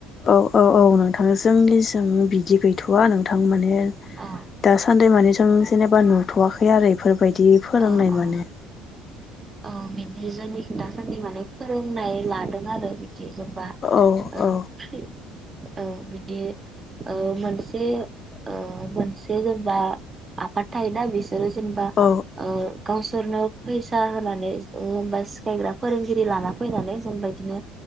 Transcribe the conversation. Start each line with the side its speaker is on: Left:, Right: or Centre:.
Left: औ औ औ नोंथां जोंनि जों बिदि गैथ'वा नोंथां माने
Right: औ
Left: दास सान्दै मानि जों जेनेबा नुथ'वाखै आरो बेफोर बायदि फोरोंनाय
Right: औ औ
Left: माने
Right: औ मि बिज जोंनि दासान्दि माने फोरोंनाय लादों आरो बिदि जोबा ओ
Left: औ औ
Right: फ्रि औ बिदि ओ मोनसे ओ मोनसे जेनेबा आफाद थायोना बिस बिसोरो जेनेबा
Left: औ
Right: ओ गावसोरनो फैसा होनानै ओ होनबा सिखायग्रा फोरोंगिरि लाना फैनानै जेनबा बिदिनो